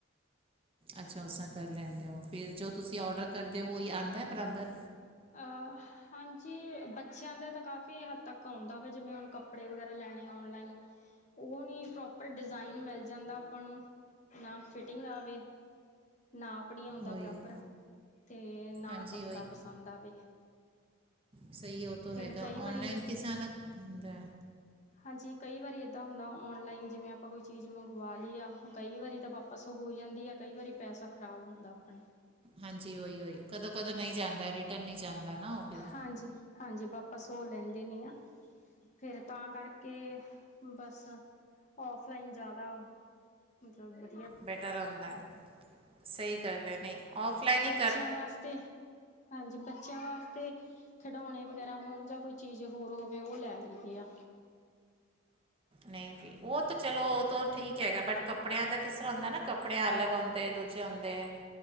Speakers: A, on the right; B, on the left.
A: ਅੱਛਾ, ੳਸਰਾ ਕਰ ਲੈਂਦੇ ੳ। ਫੇਰ ਜੋ ਤੁਸੀ ਔਡਰ ਕਰਦੇ ੳ, ੳਹੀ ਆਂਦਾ ਐ ਬਰਾਬਰ।
B: ਅਹ ਹਾਂਜੀ, ਬੱਚੇਆਂ ਦਾ ਤਾਂ ਕਾਫੀ ਹੱਦ ਤੱਕ ਆਂਦਾ ਵਾ, ਜਿਵੇਂ ਹੁਨ ਕੱਪੜੇ ਵਗੈਰਾ ਲੈਨੇ ਔਨਲਾਈਨ। ੳਹ ਨਈ ਪ੍ਰੋਪਰ ਡਿਜ਼ਾਇਨ ਮਿਲ ਜਾਂਦਾ ਆਪਾਂ ਨੂੰ। ਨਾ ਫਿਟਿੰਗ ਆਵੇ, ਨਾਪ ਨੀ ਆਂਦਾ
A: ਉਹੀ
B: ਬਰਾਬਰ ਤੇ ਨਾ
A: ਹਾਂਜੀ
B: ਕੱਪੜਾ
A: ਉਹੀ
B: ਪਸੰਦ ਆਵੇ।
A: ਸਹੀ ੳਹ ਤੋ
B: ਫਿਰ
A: ਹੈਗਾ।
B: ਕਈ ਵਾਰੀ
A: ਔਨਲਾਈਨ ਕਿਸਾ ਨਾ ਹੁੰਦਾ
B: <inaudible> ਹਾਂਜੀ ਕਈ ਵਾਰੀ ਏਦਾਂ ਹੁੰਦਾ ਔਨਲਾਈਨ ਜਿਵੇਂ ਆਪਾਂ ਕੋਈ ਚੀਜ਼ ਮੰਗਵਾ ਲਈ ਆ ਓ ਕਈ ਵਾਰੀ ਤਾਂ ਬਾਪ ਪਸੋਂ ਹੋ ਜਾਂਦੀ ਆ ਕਈ ਵਾਰੀ ਪੈਸਾ ਖ਼ਰਾਬ ਹੁੰਦਾ ਆਪਣਾ
A: ਹਾਂਜੀ ਓਹੀ-ਓਹੀ ਕਦੋਂ-ਕਦੋਂ ਨਈ ਜਾਂਦਾ ਰਿਟਰਨ ਨੀ ਜਾਂਦਾ ਨਾ ਓ ਫਿਰ
B: ਹਾਂਜੀ ਹਾਂਜੀ ਵਾਪਸ ਓ ਲੈਂਦੇ ਨੀ ਆ। ਫੇਰ ਤਾਂ ਕਰਕੇ ਬਸ ਓਫਲਾਈਨ ਜਾਦਾ ਮਤਲਬ ਬ
A: ਬੈਟਰ ਹੁੰਦਾ ਏ, ਸਈ ਗੱਲ ਐ ਨਈ ਔਫਲਾਈਨ ਈ
B: ਛਾ ਵਾਸਤੇ, ਹਾਂਜੀ ਬੱਚਿਆਂ ਵਾਸਤੇ ਖਿਡੌਣੇ ਵਗੈਰਾ ਹੋਣ ਜਾਂ ਕੋਈ ਚੀਜ਼ ਹੋਰ ਹੋਵੇ ਓ ਲੈ ਲਈ ਦੇ ਆ।
A: ਨਈ ਵੀ ਓ ਤਾਂ ਚਲੋ ਓ ਤੋ ਠੀਕ ਹੈਗਾ ਬਟ ਕੱਪੜਿਆਂ ਦਾ ਕਿਸ ਤਰਾਂ ਹੁੰਦਾ ਦਾ ਨਾ ਕੱਪੜਿਆਂ ਅਲੱਗ ਹੁੰ ਤੇ ਦੂਜੇ ਹੁੰਦੇ ਏ